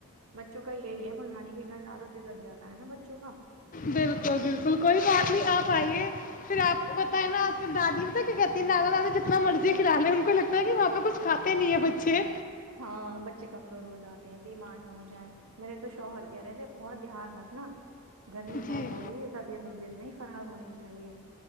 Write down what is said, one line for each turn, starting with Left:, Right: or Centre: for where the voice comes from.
Right: بچوں کا یہی ہے مول نانی کے گھر زیادہ دل لگ جاتا ہے نا بچوں کا
Left: بالکل بالکل کوئی بات
Right: تو
Left: نہیں
Right: اس
Left: آپ
Right: لیے
Left: آئیے پھر آپ پتتا ہے نا آج کل دادی تو کیا کہتی ہے نانا نانا جتنا مرضی کھلاے ان کو لگتا ہے کہ وہاں پہ کچھ کاتے نہیں ہے بچے
Right: ہاں بچے کمزور ہو جاتے ہیں بیمار نہ ہو جائیں میرے تو شوہر کہہ رہے تھے بہت دھیان رکھنا گرمی
Left: جی
Right: بہت ہو رہی ہے طبیعت وبیعت نہیں خراب ہونی چاہیے